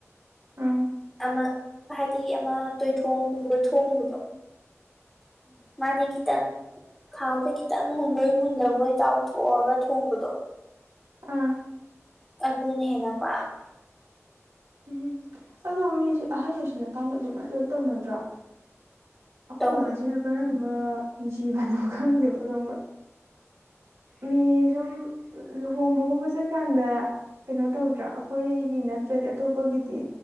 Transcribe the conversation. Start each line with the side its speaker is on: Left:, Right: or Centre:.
Right: ꯎꯝ
Centre: ꯑꯃ ꯍꯥꯏꯗꯤ ꯑꯃ ꯇꯣꯏꯊꯣꯡꯒꯨꯝꯕ ꯊꯣꯡꯕꯗꯣ ꯃꯥꯅꯦ ꯈꯤꯇꯪ ꯊꯥꯎꯗ ꯈꯤꯇꯪ ꯃꯨꯟꯕꯣꯏ ꯃꯨꯟꯗꯕꯣꯏ ꯇꯥꯎꯊꯣꯛꯑꯒ ꯊꯣꯡꯕꯗꯣ
Right: ꯑꯥ
Centre: ꯑꯗꯨꯅ ꯍꯦꯟꯅ ꯄꯥꯝꯃꯦ
Right: ꯎꯝ ꯑꯗꯣ ꯃꯤꯁꯦ ꯑꯍꯟ ꯑꯣꯏꯁꯤꯜꯂꯀꯥꯟꯗ ꯑꯗꯨꯃꯥꯏꯅ ꯂꯣꯏ ꯇꯧꯅꯗ꯭ꯔꫭ ꯑꯩꯈꯣꯏ
Centre: ꯇꯧꯋꯤ
Right: ꯃꯥꯁꯤꯅ ꯀꯔꯝꯕ ꯖꯤꯕꯅꯣ ꯈꯪꯗꯦꯕ ꯈꯪꯕ꯭ꯔꯥ ꯃꯤ ꯁꯨꯝ ꯂꯨꯍꯣꯡꯕꯒꯨꯝꯕ ꯆꯠꯀꯥꯟꯗ ꯀꯩꯅꯣ ꯇꯧꯗ꯭ꯔꯥ ꯑꯩꯈꯣꯏꯒꯤ ꯅꯠꯇ꯭ꯔꯗꯤ ꯑꯇꯣꯞꯄꯒꯤꯗꯤ